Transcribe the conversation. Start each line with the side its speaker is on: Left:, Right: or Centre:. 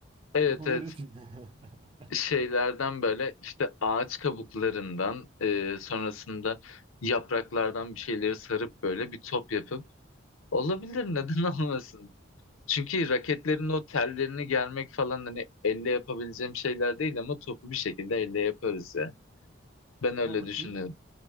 Left: Evet
Right: yapıverirsin.
Left: evet
Right: <laughs>
Left: şeylerden böyle işte ağaç kabuklarından e, sonrasında yapraklardan bir şeyleri sarıp böyle bir top yapıp olabilir neden <laughs> olmasın? Çünkü raketlerin o tellerini germek falan hani elle yapabileceğim şeyler değil ama topu bir şekilde elle yaparız ya. Ben öyle
Right: Vallahi
Left: düşünüyorum.
Right: iyi.